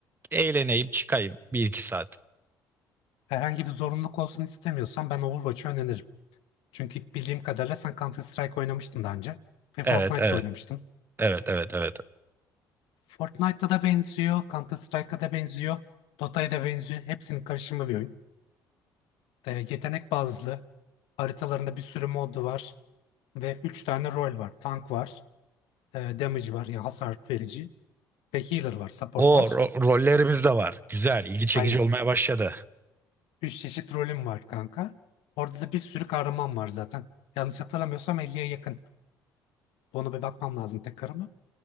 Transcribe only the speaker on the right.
eğleneyim, çıkayım bir iki saat.
Evet,
evet,
evet, evet, evet.
O
ro- rollerimiz de var. Güzel, ilgi çekici
olmaya başladı.